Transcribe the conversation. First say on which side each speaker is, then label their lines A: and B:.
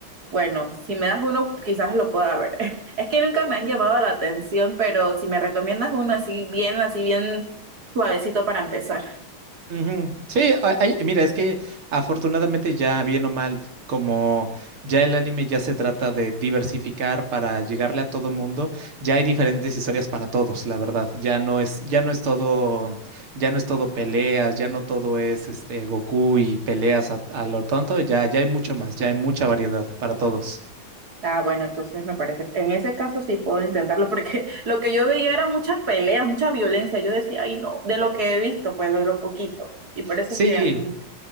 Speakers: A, on the right (about 45°); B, on the right (about 85°).
A: Bueno, si me das uno, quizás lo pueda ver. <laughs> Es que nunca me han llamado la atención, pero si me recomiendas uno así bien, así bien suavecito para empezar.
B: Ujú. Sí, a- hay- mira, es que afortunadamente ya bien o mal, como ya el anime ya se trata de diversificar para llegarle a todo mundo, ya hay diferentes historias para todos, la verdad. Ya no es, ya no es todo, ya no es todo peleas, ya no todo es este Goku y peleas a, a lo tonto, ya, ya hay mucho más, ya hay mucha variedad para todos.
A: Ah, bueno, entonces me parece, en ese caso sí puedo intentarlo, porque <laughs> lo que yo veía era muchas peleas, mucha violencia. Yo decía, ay no, de lo que he visto, pues de lo poquito. Y por eso
B: Sí,
A: es que... mm,